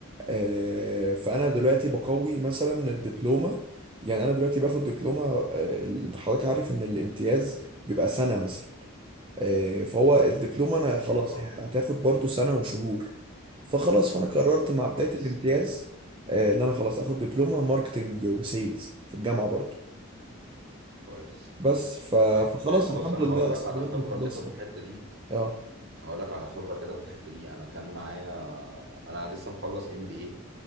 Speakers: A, on the right; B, on the right.
A: آه، فانا دلوقتي بقوي مثلا الدبلومه يعني انا دلوقتي باخد دبلومه آه، ال- حضرتك عارف ان الامتياز بيبقى سنه مثلا آه، فهو الدبلومه انا خلاص
B: ايوه
A: هي هتاخد برضو سنه وشهور فخلاص فانا قررت مع بدايه
B: كويس
A: الامتياز آه، ان انا خلاص اخد دبلومه ماركتنج وسيلز في الجامعه برضو
B: كويس
A: بس ف-
B: طيب
A: فخلاص
B: آه، بص
A: الحمد
B: انا
A: لله
B: هقول
A: استمرنا
B: لك على خبره
A: في القصه
B: كده في
A: دي
B: الحته دي
A: اه
B: هقول لك على خبره كده في الحته دي انا كان معايا انا لسه مخلص ام بي اي